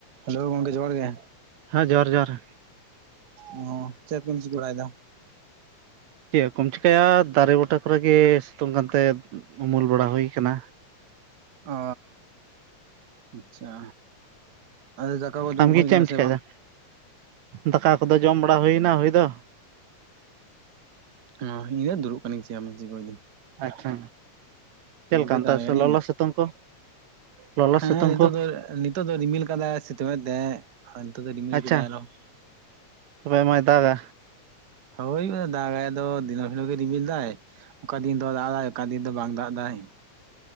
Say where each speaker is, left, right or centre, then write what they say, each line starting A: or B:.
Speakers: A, on the right; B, on the right.
A: ᱦᱮᱞᱳ ᱜᱚᱝᱠᱮ ᱡᱚᱦᱟᱨ ᱜᱮ,
B: ᱦᱮᱸ ᱡᱚᱦᱟᱨ ᱡᱚᱦᱟᱨ
A: ᱚ ᱪᱮᱫ ᱠᱚᱵᱤᱱ ᱪᱤᱠᱟᱹᱵᱟᱲᱟᱭᱼᱮᱫᱟ?
B: ᱪᱮᱫ ᱠᱚᱢ ᱪᱮᱠᱟᱹᱭᱟ, ᱫᱟᱨᱮ ᱵᱩᱴᱟᱹ ᱠᱚᱨᱮ ᱜᱮ ᱥᱤᱛᱩᱝ ᱠᱟᱱᱛᱮ ᱩᱢᱩᱞ ᱵᱟᱲᱟ ᱦᱩᱭ ᱟᱠᱟᱱᱟ᱾
A: ᱚᱻ ᱟᱪᱪᱷᱟ ᱟᱨ ᱫᱟᱠᱟ ᱠᱚ ᱡᱚᱢ
B: ᱟᱢᱜᱮ
A: ᱦᱩᱭ
B: ᱪᱮᱫ
A: ᱟᱠᱟᱱᱟ
B: ᱮᱢ ᱪᱤᱠᱟᱹᱭᱮᱫᱟ
A: ᱥᱮ ᱵᱟᱝ?
B: ᱫᱟᱠᱟ ᱠᱚᱫᱚ ᱡᱚᱢ ᱵᱟᱲᱟ ᱦᱩᱭ ᱮᱱᱟ ᱦᱩᱭ ᱫᱚ,
A: ᱩᱸ ᱤᱧ ᱫᱚ ᱫᱩᱲᱩᱵ ᱟᱠᱟᱹᱱᱟᱧ ᱪᱮᱫ ᱦᱚᱸ ᱵᱟᱝ ᱪᱤᱠᱟᱹᱭᱮᱫᱤᱧ
B: ᱟᱪᱪᱷᱟ ᱪᱮᱫ ᱞᱮᱠᱟ
A: ᱜᱮ
B: ᱚᱱᱛᱮ
A: ᱛᱟᱦᱮᱸ ᱠᱟᱹᱱᱟᱹᱧ
B: ᱞᱚᱞᱚ ᱥᱤᱛᱩᱝ ᱠᱚ? ᱞᱚᱞᱚ ᱥᱤᱛᱩᱝ
A: ᱦᱮᱸ ᱦᱮᱸ ᱱᱤᱛᱚᱜ
B: ᱠᱚ
A: ᱫᱚᱭ ᱱᱤᱛᱚᱜ ᱫᱚ ᱨᱤᱢᱤᱞ ᱟᱠᱟᱫᱟᱭ ᱥᱤᱛᱩᱝ ᱮᱫ ᱛᱟᱦᱮᱫ ᱟᱨ ᱱᱤᱛᱚᱜ ᱫᱚ ᱨᱤᱢᱤᱞ
B: ᱟᱪᱪᱷᱟ
A: ᱟᱠᱟᱫᱟᱭ ᱟᱨᱦᱚ <unintelligible>
B: ᱛᱚᱵᱮ ᱢᱟᱭ ᱫᱟᱜᱟ
A: ᱦᱳᱭᱩᱼᱟ ᱫᱟᱼᱜᱟᱭ ᱟᱫᱚ ᱫᱤᱱᱟᱹᱢ ᱦᱤᱞᱚᱜ ᱜᱮ ᱨᱤᱢᱤᱞ ᱮᱫᱟᱭ ᱚᱠᱟ ᱫᱤᱱ ᱫᱚ ᱫᱟᱜᱟᱭ ᱚᱠᱟ ᱫᱤᱱ ᱫᱚ ᱵᱟᱝ ᱫᱟᱜ ᱮᱫᱟᱭ